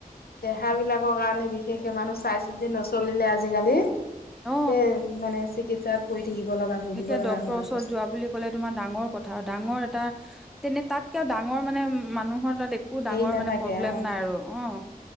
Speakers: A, on the left; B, in the centre.
A: দেহ বিলাকৰ কাৰণে বিশেষকে মানুহ চাই চিতি নচলিলে আজিকালি। সেই
B: অ
A: মানে চিকিৎসা। ছাত পৰি থাকিব লগা ভুগিব
B: এতিয়া
A: লগা
B: ডক্তৰৰ
A: হোৱা
B: ওচৰত
A: অৱস্থা
B: যোৱা বুলি ক'লে তোমাৰ ডাঙৰ কথা ডাঙৰ এটা তেনে তাতকেও ডাঙৰ মানে মানুহৰ তাত। একো ডাঙৰ
A: হেৰি নাথাকে
B: মানে পবলেম
A: অ
B: নাই আৰু। অ',